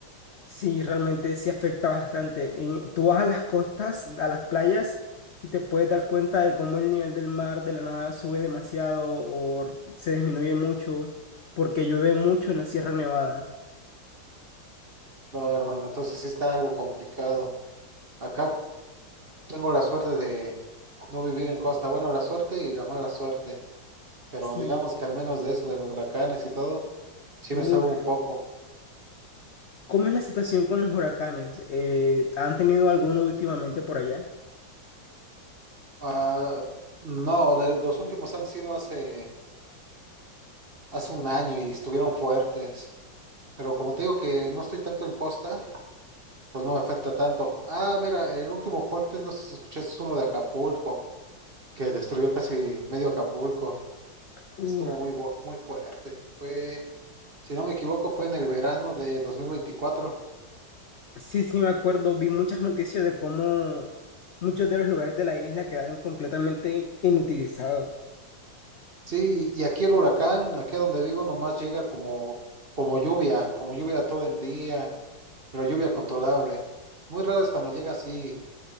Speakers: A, on the left; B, on the right.
A: Sí, realmente sí afecta bastante. En- tú vas a las costas, a las playas, y te puedes dar cuenta de cómo el nivel del mar de la nada sube demasiado o se disminuye mucho porque llueve mucho en la Sierra Nevada.
B: No, hermano, entonces sí está algo complicado. Acá tengo la suerte de no vivir en costa. Bueno, la suerte y la mala suerte. Pero
A: Sí.
B: digamos que al menos de eso, de los huracanes y todo, sí
A: Uf.
B: me salvo un poco.
A: ¿Cómo es la situación con los huracanes? Eh, ¿han tenido alguno últimamente por allá?
B: Ah, no, de- los últimos han sido hace, hace un año y estuvieron fuertes. Pero como te digo que no estoy tanto en costa. pues no me afecta tanto. Ah, mira, el último fuerte, no sé si escuchaste, es uno de Acapulco, que destruyó casi medio Acapulco.
A: Uf.
B: Estuvo muy, bu- muy fuerte. Fue, si no me equivoco, fue en el verano de dos mil veinticuatro
A: Sí, sí, me acuerdo. Vi muchas noticias de cómo muchos de los lugares de la isla quedaron completamente inutilizados.
B: Sí, y aquí el huracán, aquí a donde vivo, nomás llega como, como lluvia, como lluvia todo el día, pero lluvia controlable. Muy raro es cuando llega así,